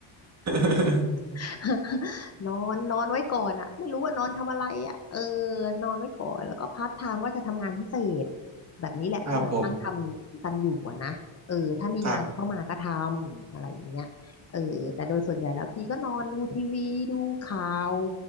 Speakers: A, on the right; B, on the left.
A: <laughs>
B: <laughs> นอนนอนไว้ก่อนอะไม่รู้ว่านอนทำอะไรอะเออนอนไว้ก่อนแล้วก็พาร์ทไทม์ก็จะทำงานพิเศษแบบนี้แหละที่เรานั่งทำกันอยู่อะนะเออถ้ามีงานเข้ามาก็ทำอะไรอย่างเงี้ยเออแต่โดยส่วนใหญ่แล้วพี่ก็นอนดูทีวีดูข่าว
A: ครับผมครับ